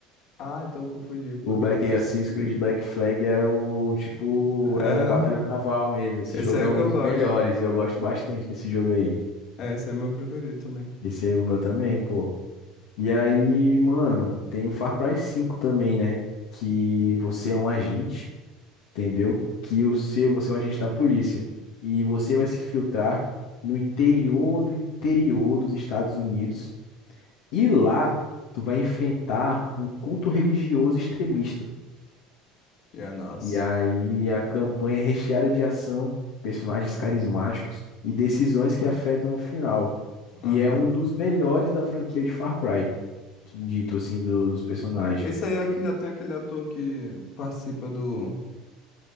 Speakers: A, on the left (about 60°); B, on the left (about 80°).
A: Ah, então eu confundi o Far
B: O Black
A: Cry.
B: Assassin's Creed Black Flag é o tipo,
A: É,
B: é o Batalha Naval mesmo. Esse
A: Esse
B: jogo
A: aí
B: é
A: é o
B: um
A: que eu
B: dos
A: gosto.
B: melhores. Eu gosto bastante desse jogo aí.
A: É, esse aí é meu preferido também.
B: Esse aí é o meu também, pô. E aí, mano, tem o Far Cry cinco também, né? Que você é um agente. entendeu? Que o seu, você é um agente da polícia. E você vai se filtrar no interior do interior dos Estados Unidos. E lá, tu vai enfrentar um culto religioso extremista.
A: E a nossa.
B: E aí a campanha é recheada de ação, personagens carismáticos e decisões que afetam o final. E
A: Aham.
B: é um dos melhores da franquia de Far Cry, dito assim, do- dos personagens.
A: Esse aí é que já tem aquele ator que participa do